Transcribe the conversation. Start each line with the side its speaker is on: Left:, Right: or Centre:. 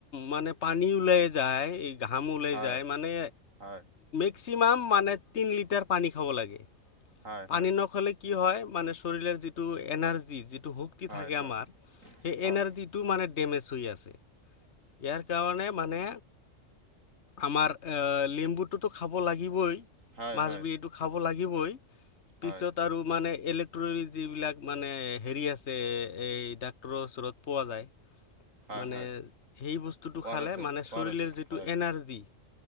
Left: মানে পানী ওলাই যায়, ঘাম ওলাই
Right: হয়
Left: যায় মানে
Right: হয়
Left: মেক্সিমাম মানে তিন লিটাৰ পানী খাব লাগে,
Right: হয়
Left: পানী
Right: হয়
Left: নখ'লে কি হয় মানে শৰীৰৰ যিটো এনাৰ্জি, যিটো শুক্তি
Right: হয়
Left: থাকে
Right: হয়
Left: আমাৰ, সেই
Right: হয়
Left: এনাৰ্জিটো মানে ডেমেজ হৈ আছে। ইয়াৰ কাৰণে মানে আমাৰ লেম্বুটোতো খাব লাগিবই
Right: হয়
Left: মাছবি
Right: হয়
Left: এইটো খাব লাগিবই,
Right: হয়
Left: পিছত আৰু মানে ইলেক্ট্ৰনিক যিবিলাক মানে হেৰি আছে, এই ডাক্টৰৰ ওচৰত পোৱা যায়
Right: হয়
Left: মানে
Right: হয়
Left: সেই বস্তুটো
Right: অ'
Left: খালে
Right: আৰ এছ এল
Left: মানে
Right: অ'
Left: চৰীলেৰ
Right: আৰ এছ
Left: যিটো
Right: হয়
Left: এনাৰ্জি